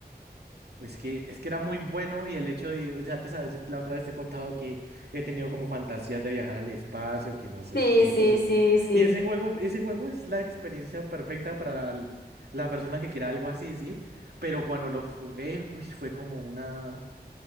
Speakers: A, on the right (about 75°); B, on the left (about 85°).
A: Es que, es que era muy bueno y el hecho de, o sea, tú sabes, yo la otra vez te he contado que he tenido como fantasías de viajar al espacio, que no sé
B: Sí,
A: qué,
B: sí,
A: todo eso.
B: sí, sí.
A: Y ese juego, ese juego es la experiencia perfecta para la, la persona que quiera algo así, ¿sí? Pero cuando lo jugué, uy, fue como una...